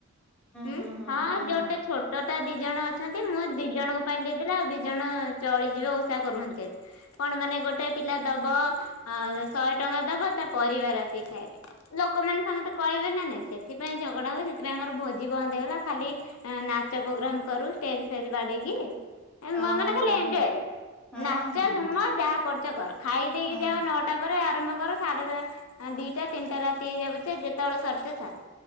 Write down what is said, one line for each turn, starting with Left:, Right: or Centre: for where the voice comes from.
Left: ଉଁ
Centre: ହୁଁ
Left: ହଁ
Centre: ହୁଁ
Left: ଯୋଉଟା
Centre: ହୁଁ
Left: ଛୋ ଟଟା ଦି ଜଣ ଅଛନ୍ତି। ମୁଁ ଦି ଜଣଙ୍କ ପାଇଁ ଦେଇଦେଲେ ଆଉ ଦି ଜଣ ଚଳିଯିବେ, ଓଷା କରୁନାହାନ୍ତି ଯେହେତୁ। କଣ ମାନେ ଗୋଟେ ପିଲା ଦବ ଆ ଶହେ ଟଙ୍କା ଦବ ତା ପରିବାର ଆସିକି ଖାଇଲେ। ଲୋକମାନେ ସମତେ କହିବେ ନା ନାଇଁ? ସେଥିପାଇଁ ଝଗଡା ହୁଏ। ସେଥିପାଇଁ ଆମର ଭୋଜି ବନ୍ଦ ହେଇଗଲା। ଖାଲି ନାଚ ପ୍ରୋଗ୍ରାମ କରୁ, ଷ୍ଟେଜ ଫେଜ୍ ବାଡେଇକି। ଏ ମା
Centre: ଓହୋ
Left: ମାନେ ଖାଲି ଏଞ୍ଜୟ,
Centre: ହଁ
Left: ନାଚ
Centre: ହଁ
Left: ଧୁମ
Centre: ହଁ
Left: ଯାହା କରୁଛ କର, ଖାଇଦେଇକି
Centre: ହଁ
Left: ଯାଅ ନଅ ଟା ପରେ ଆରମ୍ଭ କର। ସାଢେ ଦିଟା ତିନିଟା ରାତି ହେଇଯାଉ ପଛେ ଯେତେବେଳେ ସରୁଛ ସାର୍।